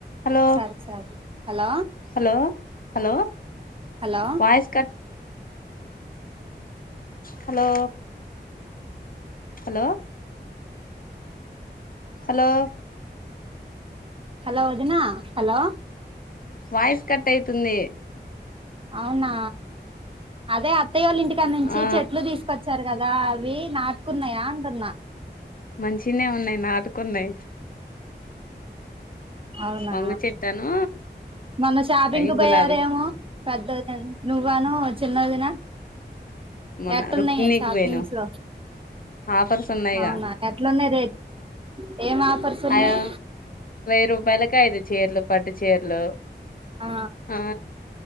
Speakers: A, on the left; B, on the right.
A: హలో
B: సరే సరే hello
A: hello hello
B: hello
A: voice cut hello hello hello
B: hello వదిన హలో
A: వాయిస్ కట్ అయితుంది
B: అవునా అదే అత్తయ్య యోల ఇంటి కా నుంచి
A: ఆ
B: చెట్లు తీసుకచ్చ చారు కదా అవి నాటుకున్నాయా అంటున్నా
A: మంచిగానే ఉన్నాయి నాటుకున్నాయి
B: అవునా
A: వంగ చెట్టాను
B: మొన్న షాపింగ్
A: అయి
B: కు పోయారేమో
A: గులాబీ
B: పెద్ద నువ్వాను చిన్నదిన
A: మొన్న
B: ఎట్టున్నాయి
A: రుక్మిణికి
B: షాపింగ్స్
A: పోయినం ఆఫర్స్ ఉన్నాయిగా
B: అవునా ఎట్లున్నాయి రేట్ ఏం ఆఫర్స్ ఉన్నయి
A: అ వెయ్యి రూపాయలకి ఐదు చీరలు పట్టు చీరలు
B: ఆ
A: ఆ